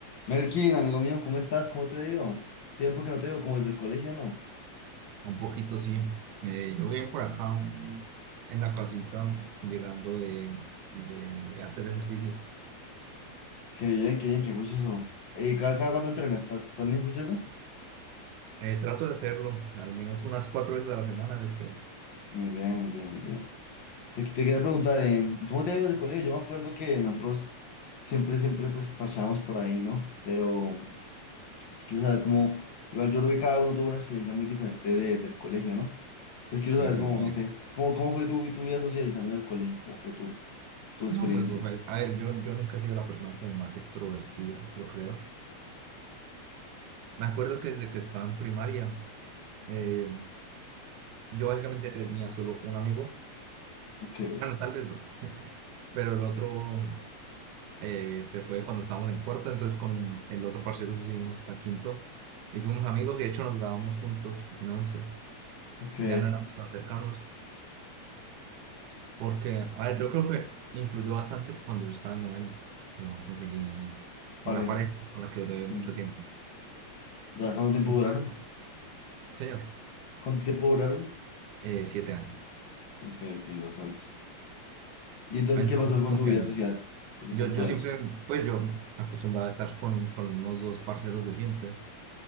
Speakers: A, on the left; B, on the right.
A: Melkin, amigo mío, ¿cómo estás? ¿Cómo te ha ido? Tiempo que no te veo, como desde el colegio, ¿no?
B: Un poquito, sí. Eh, yo bien por acá en la casita, llegando de, de hacer ejercicio.
A: Qué bien, qué bien, qué juicioso. ¿Y cada, cada cuándo entrenas? ¿Estás también juicioso?
B: Eh, trato de hacerlo al menos unas cuatro veces a la semana, yo creo.
A: Muy bien, muy bien, muy bien. Te, te quería preguntar, eh, ¿y cómo te ha ido desde el colegio? Yo me acuerdo que nosotros siempre, siempre, pues, parchábamos por ahí, ¿no? Pero pues, quiero saber cómo, igual yo creo que cada uno tuvo una experiencia muy diferente de- del colegio, ¿no? Entonces
B: Sí,
A: quiero saber
B: sí,
A: cómo,
B: a
A: no
B: ver.
A: sé, cómo, cómo fue tu, tu vida socializando en el colegio, cómo fue tu, tu experiencia.
B: No, pues, o sea, a ver, yo, yo nunca he sido la persona como más extrovertida, yo creo. Me acuerdo que desde que estaba en primaria, eh, yo básicamente tenía solo un amigo,
A: Ok,
B: bueno, tal vez dos, pero el otro. eh, se fue cuando estábamos en cuarta, entonces con el otro parcero sí seguimos hasta quinto y fuimos amigos y de hecho nos grabamos juntos en once,
A: ok,
B: ya no éramos tan cercanos, porque, a ver, yo creo que influyó bastante que cuando yo estaba en noveno, yo conseguí una
A: pareja.
B: pareja con la que duré
A: mm.
B: mucho tiempo.
A: ¿Ya cuánto tiempo
B: Entonces,
A: duraron?
B: señor,
A: ¿Cuánto tiempo duraron?
B: eh, siete años.
A: Ok, ok, bastante. ¿Y entonces
B: Entonces,
A: qué pasó con
B: como
A: tu
B: que
A: vida social con
B: yo,
A: respecto
B: yo
A: a
B: siempre,
A: eso?
B: pues yo acostumbraba a estar con, con los mismos dos parceros de siempre